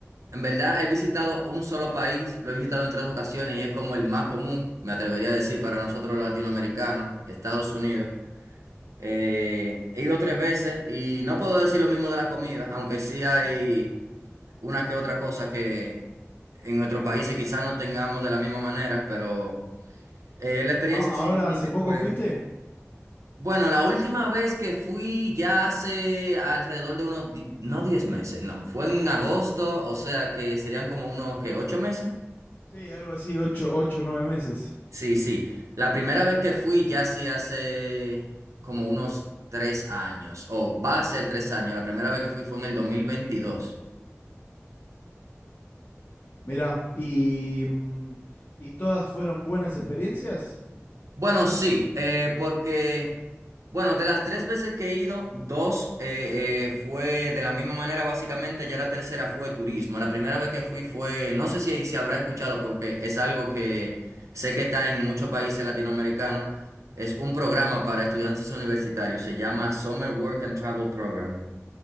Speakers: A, on the right; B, on the left.
A: en verdad he visitado un solo país, lo he visitado en tres ocasiones y es como el más común, me atrevería a decir para nosotros los latinoamericanos, Estados Unidos. Eh, he ido tres veces y no puedo decir lo mismo de la comida, aunque sí hay una que otra cosa que en nuestros países quizás no tengamos de la misma manera, pero eh, la experiencia
B: A-
A: sí,
B: ¿Ahora
A: sí
B: hace
A: que
B: poco
A: fue.
B: fuiste?
A: Bueno, la última vez que fui ya hace alrededor de unos, di- no 10 meses, no, fue en agosto, o sea que serían como unos, que 8 meses?
B: Sí, algo así, ocho, ocho, nueve meses.
A: Sí, sí. La primera vez que fui ya sí hace como unos tres años, o va a ser tres años. La primera vez que fui fue en el 2022.
B: Mirá, y, mm, ¿y todas fueron buenas experiencias?
A: Bueno, sí, eh, porque, bueno, de las tres veces que he ido, dos eh, eh, fue de la misma manera, básicamente, ya la tercera fue turismo. La primera vez que fui fue, no sé si, si habrás escuchado, porque es algo que sé que está en muchos países latinoamericanos, es un programa para estudiantes universitarios, se llama Summer Work and Travel Program.